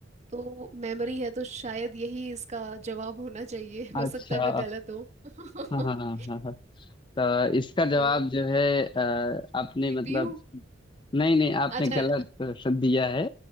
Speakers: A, on the right; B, on the left.
A: तो मेमोरी है तो शायद यही इसका जवाब होना चाहिए हो
B: अच्छा
A: सकता है मैं गलत हूँ
B: हाँ हाँ
A: <laughs>
B: हाँ हाँ हाँ। तो इसका जवाब
A: तो
B: जो है अ, आपने
A: सीपीयू
B: मतलब नहीं नहीं आपने
A: अच्छा
B: गलत दिया है